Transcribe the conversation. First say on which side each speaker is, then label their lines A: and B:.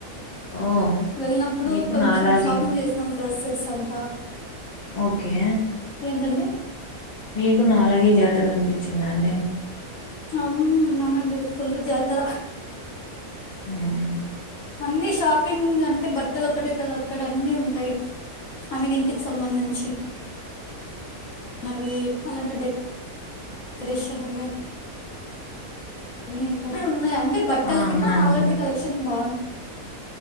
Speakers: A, on the left; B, on the left.
A: ఓ
B: వెళ్ళినప్పుడు
A: మీకు
B: కొంచెం
A: నాలాగే
B: షాపింగ్ చేసినాం డ్రెస్సెస్ అంతా
A: ఓకే
B: ఏంటండీ
A: మీకు నాలాగే జాతర కనిపించింద అండి
B: అవును అవునండి ఫుల్ జాతర
A: హూ
B: అన్ని షాపింగ్ అంటే బట్టలు ఒక్కటే కదా అక్కడ అన్ని ఉంటాయి ఆమెను ఇంటికి సంబంధించి వి అలాంటిడె డెకరేషన్ అవి అ అన్ని ఉంటాయి అ ఉన్నాయి అంటే బట్టల
A: ఆ
B: కింద
A: అవునండి
B: అలాంటి కలెక్షన్ బాగుంటాయి